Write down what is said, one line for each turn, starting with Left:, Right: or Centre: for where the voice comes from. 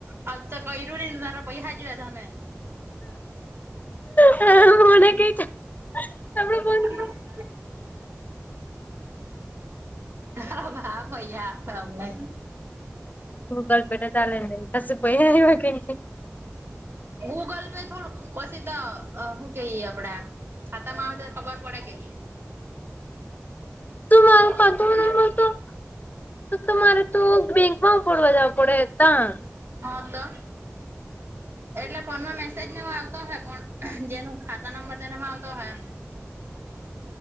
Right: આજ તો કર્યું ની તારા પૈસા જોયે તને.
Left: હ, એવું મને કઈ આપડે ફોન
Right: એ. હ, હા, ભૈયા મને
Left: ગૂગલ પે તો ચાલે નઈ, પાસે પૈઈ. હા, આઇવા કે નઈ.
Right: ગૂગલ પે થોડું પછી તો શું કહીયએ આપડા. ખાતા મા આવે તો, ખબર પડે કે.
Left: તું
Right: હ.
Left: મારો ખાતો નંબર તો તો તમારે તો બેંકમાં ફોડવા જવા પડે, હે તા
Right: હા, તો. એટલે ફોનમાં મેસેજ ને, એવ આવતો અહે, પણ જેનું ખાતા નંબર તેનેમાં આવતો અહે.